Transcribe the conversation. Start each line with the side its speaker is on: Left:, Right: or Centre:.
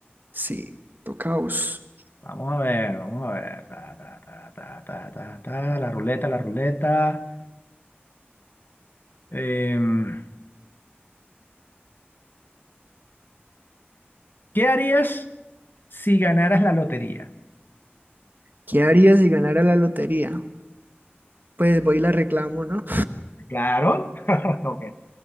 Right: Sí, tocaos.
Left: Vamos a ver, vamos a ver. Ta, ta, ta, ta, ta, ta, ta, La ruleta, la ruleta. Em, ¿qué harías si ganaras la lotería?
Right: ¿Qué harías si ganara la lotería? Pues voy y la reclamo, ¿no?
Left: Claro. <laughs> Ok,